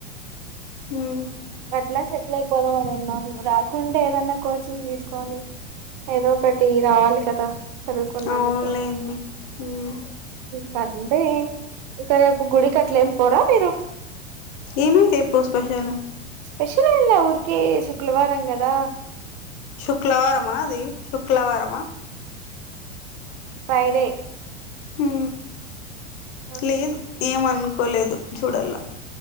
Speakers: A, on the left (about 30°); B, on the right (about 40°).
A: హ్
B: అట్లా సెటిల్ అయిపోదాం. అని ఉన్నాం రాకుంటే ఏదన్నా కోచింగ్ తీసుకొని ఏదో ఒకటి రావాలి కదా చదువుకున్నందుకు
A: అవునులేండి మ్మ్.
B: కాదు ఇంకాయే ఇంకా రేపు గుడికి అట్లా ఏమి పోరా మీరు
A: ఏమీ రేపు స్పెషల్
B: స్పెషల్ ఎంలే ఊరికే శుక్లవారం గాదా
A: శుక్ల వారమా అది శుక్లవారమా
B: ఫ్రైడే
A: హ్
B: ఆ
A: లేదు ఏమను కోలేదు చూడలా